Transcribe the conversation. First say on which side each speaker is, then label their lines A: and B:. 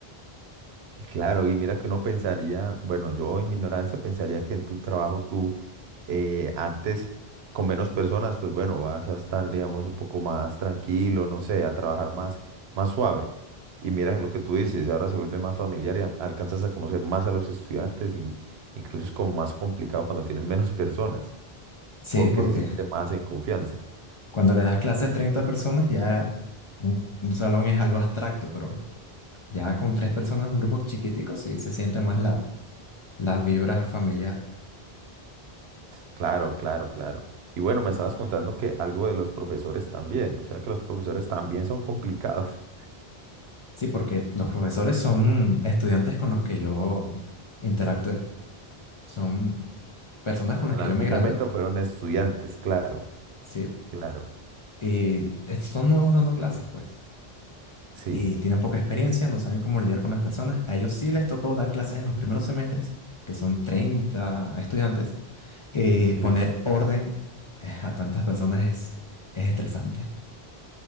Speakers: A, on the right; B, on the left.
A: Claro, y mira que uno pensaría, bueno, yo en mi ignorancia pensaría que en tu trabajo tú eh, antes con menos personas, pues bueno, vas a estar, digamos, un poco más tranquilo, no sé, a trabajar más, más suave. Y mira lo que tú dices, ahora se vuelve más familiar y a- alcanzas a conocer más a los estudiantes y incluso es como más complicado cuando tienes menos personas,
B: Sí,
A: porque
B: porque
A: se siente más en confianza.
B: Cuando le das clases a 30 personas, ya un, un salón es algo abstracto, pero ya con tres personas, un grupo chiquitico, sí se siente más la, las vibras familiar.
A: Claro, claro, claro. Y bueno, me estabas contando que algo de los profesores también, o sea que los profesores también son complicados.
B: Sí, porque los profesores son estudiantes con los que yo interactué, son personas con las
A: En
B: que
A: algún
B: yo me gradué,
A: momento fueron estudiantes, claro,
B: sí,
A: claro,
B: y est- son nuevos dando clases, pues,
A: sí,
B: y tienen poca experiencia, no saben cómo lidiar con las personas. A ellos sí les tocó dar clases en los primeros semestres, que son treinta estudiantes eh,
A: sí.
B: poner orden eh, a tantas personas es, es estresante.